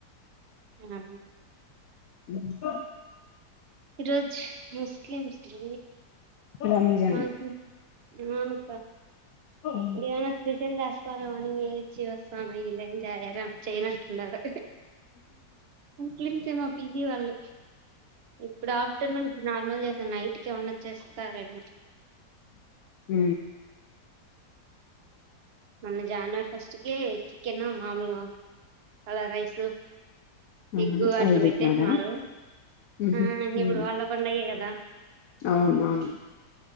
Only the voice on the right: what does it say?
ఆ
ఈ రోజ్ ముస్లిమ్స్ ది
అ అవునుకా
ఏమస్తే తిన్ లేస్తారు తినొచ్చి వస్తను ఇలా జయ చేయనట్టుండారు ముస్లింస్ ఏమో పిజి వాళ్ళు ఇప్పుడు ఆఫటర్నూన్ నార్మల్ చేసా నైట్కి ఏమన్నా చేస్తారెమో
మన్న జానవరి ఫస్ట్ కే చికెన్ మాముల కలర్ రైసు
ఎగ్గు అట్లు
పెట్టేసినారు
ఆ అన్ని
కూడా వాళ్ళ పండగే కదా